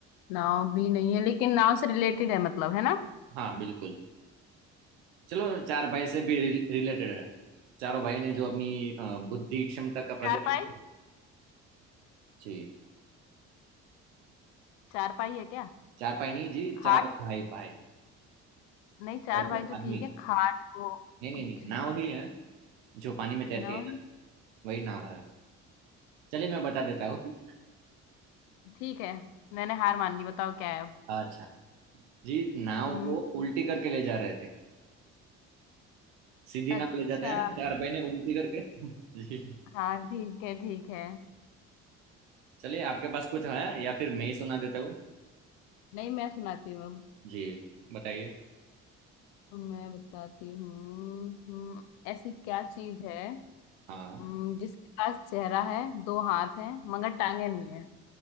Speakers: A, on the left (about 80°); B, on the right (about 85°).
A: नाव भी नहीं है लेकिन नाव से रिलेटेड है मतलब है ना
B: हाँ बिल्कुल चलो चार भाई से भी रिलेटेड है चारों भाई ने जो अपनी अ, बुद्धि क्षमता का प्रदर्शन
A: चारपाई
B: किया जी
A: चारपाई है क्या
B: चार भाई नहीं जी
A: खाट
B: चार भाई भाई
A: नहीं चार
B: लड़के
A: भाई तो
B: आदमी
A: ठीक है खाट हो
B: नहीं नहीं
A: कुछ
B: नहीं नाव ही है जो पानी में तैरती
A: नौ
B: है ना वही नाव है चलिए मैं बता देता हूँ
A: ठीक है मैंने हार मान ली बताओ क्या है अब
B: अच्छा जी नाव
A: हम्म
B: वो उल्टी करके ले जा रहे थे सीधी
A: अच्छा
B: नाव ले जाते हैं ना चार भाई ने उल्टी करके <laughs> जी
A: हाँ ठीक है ठीक है
B: चलिए आपके पास कुछ है या फिर मैं ही सुना देता हूँ
A: नहीं मैं सुनाती हूँ अब
B: जी बताइए
A: मैं बताती हूँ हम्म, ऐसी क्या चीज है
B: हाँ
A: हम्म, जिसके पास चेहरा है दो हाथ है मगर टांगे नहीं है